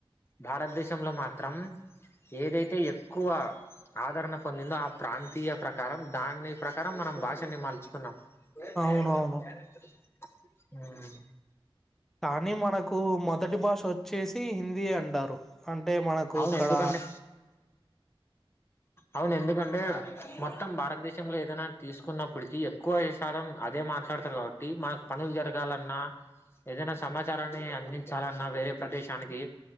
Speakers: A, on the left (about 25°); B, in the centre.
A: భారతదేశంలో మాత్రం ఏదైతే ఎక్కువ ఆదరణ పొందిందో ఆ ప్రాంతీయ ప్రకారం దాని ప్రకారం మనం భాషని మలుచుకున్నాం. ఏ క్యారెట్,
B: అవునవును
A: క్యారెక్టరు హా
B: తా నీ మనకు మొదటి భాష వ చ్చేసి హిందీ అంటారు. అం అంటే మనకు
A: అవును
B: ఇక్కడ
A: ఎందుకంటే అవును ఎందుకంటే మొత్తం భారతదేశంలో ఏదైనా తీసుకున్నప్పటికీ ఎక్కువ ఏ శాతం అదే మాట్లాడతారు. కాబట్టి మనకు పనులు జరగాలన్నా ఏదైనా సమాచారాన్ని అందించాలన్నా వేరే ప్రదేశానికి